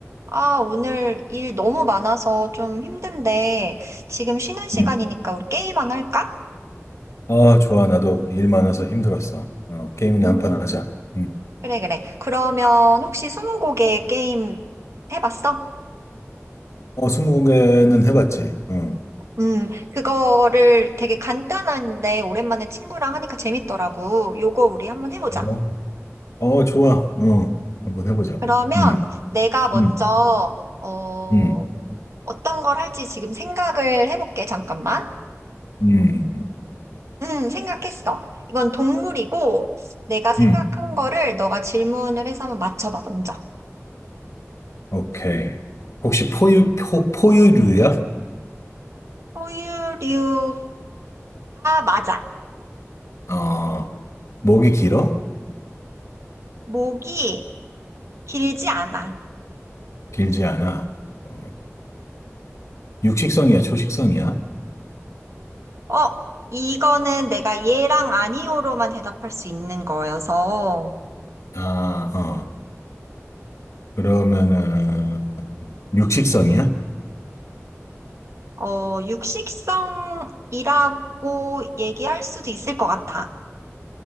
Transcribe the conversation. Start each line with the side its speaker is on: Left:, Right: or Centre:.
Right: 아, 오늘 일 너무 많아서 좀 힘든데, 지금 쉬는 시간이니까
Left: 음.
Right: 우리 게임 안 할까?
Left: 아, 좋아. 나도 일 많아서 힘들었어. 어, 게임이나
Right: 음,
Left: 한 판 하자. 음.
Right: 그래, 그래. 그러면 혹시 스무고개 게임 해봤어?
Left: 어, 스무고개는 해봤지. 어,
Right: 음, 그거를 되게 간단한데, 오랜만에 친구랑 하니까 재밌더라고. 요거 우리 한번 해보자.
Left: 어, 어, 좋아. 어, 한번 해보자고.
Right: 그러면
Left: 음,
Right: 내가 먼저,
Left: 음,
Right: 어,
Left: 음,
Right: 어떤 걸 할지 지금 생각을 해볼게. 잠깐만.
Left: 음,
Right: 음, 생각했어. 이건 동물이고, 내가 생각한
Left: 음.
Right: 거를 너가 질문을 해서 한번 맞춰봐, 먼저.
Left: 오케이. 혹시 포유, 포, 포유류야?
Right: 포유류가 맞아.
Left: 어, 목이 길어?
Right: 목이 길지 않아.
Left: 길지 않아? 어, 육식성이야? 초식성이야?
Right: 어, 이거는 내가 예랑 아니오로만 대답할 수 있는 거여서,
Left: 아, 어. 그러면은, 육식성이야?
Right: 어, 육식성이라고 얘기할 수도 있을 것 같아.